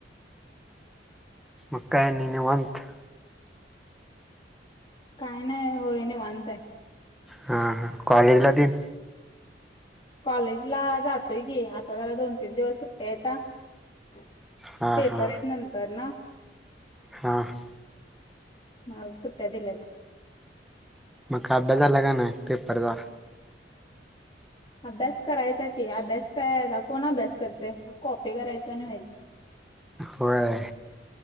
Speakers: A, in the centre; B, on the left.
A: मग काय निवांत.
B: काय नाही होय निवांतय.
A: हां हां कॉलेजला त
B: कॉलेज ला जातोय की आता जरा दोन तीन दिवस सुट्ट्या आहेत
A: हा
B: पेपर
A: हा
B: आहेत नंतर ना
A: हा हा.
B: मग सुट्ट्या दिल्यात
A: मग खाडा झाला ना पेपरचा
B: अभ्यास करायचा की अभ्यास काय आता कोण अभ्यास करते कॉपी करायचा आणि व्हायचा.
A: होय